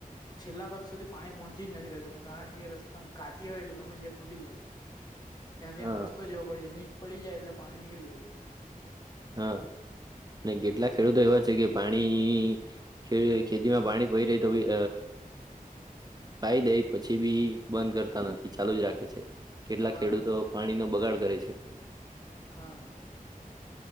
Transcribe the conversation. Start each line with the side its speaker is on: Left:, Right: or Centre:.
Left: છેલ્લા ભાગ સુ પાણી પહોંચી જ નથી રેતુ કારણ કે રસ્તા કાચી હોય એટલે ગમે જ્યા તૂટી જાય. ત્યાંથી
Right: હા
Left: આમ રસ્તો જ એવો પડી જાય નીક પડી જાય એટલે પાણી નીકળી જાય.
Right: હા ને કેટલા ખેડૂતો એવા છે કે પાણી ખેતીમાં પાણી પડી રહી તો બી ભાઈ દઈ પછી બી બંધ નથી ચાલુ જ રાખે છે કેટલાક
Left: હા
Right: ખેડૂતો પાણી નો બગાડ કરે છે.
Left: હા.